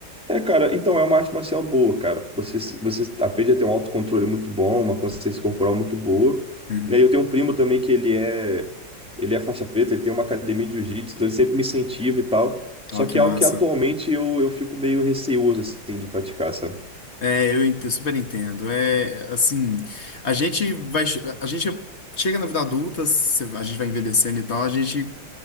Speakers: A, in the centre; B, on the left.
A: É, cara, então é uma arte marcial boa, cara. Você, se- você aprende a ter um autocontrole muito bom, uma consciência corporal muito boa,
B: Uhum.
A: né? Eu tenho um primo também que ele é, ele é faixa preta, ele tem uma academia de jiu-jitsu, então ele sempre me incentiva e tal. Só
B: Ó,
A: que
B: que massa.
A: é algo que atualmente eu, eu fico meio receoso, assim, de praticar, sabe?
B: É, eu ent- super entendo. É, assim, a gente vai, che- a gente chega na vida adulta, cê- a gente vai envelhecendo e tal, a gente